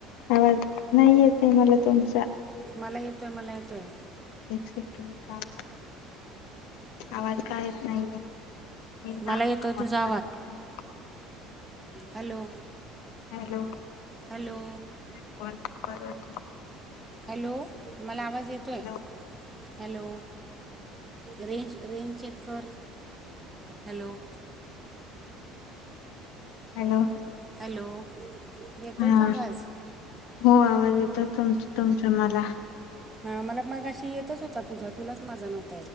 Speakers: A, on the left; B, on the right.
A: आवाज नाही येतय मला तुमचा,
B: मला येतो आहे मला येतो आहे.
A: एक सेकंड थांब आवाज कायेत नाहीे, मीना
B: मला येतोय
A: आवाज
B: तुझा
A: कर ब <unintelligible>
B: हॅलो!
A: हॅलो
B: हॅलो
A: <unintelligible>
B: हॅलो मला आवाज येतोय.
A: Hello
B: hello range range check कर, हॅलो!
A: हॅलो.
B: हॅलो. येतोय
A: हा
B: का आवाज
A: हो आवाज येतो तुमच तुमच मला.
B: हा मला मग अशी येतच होता तुझा तुलाच, माझा नक्हता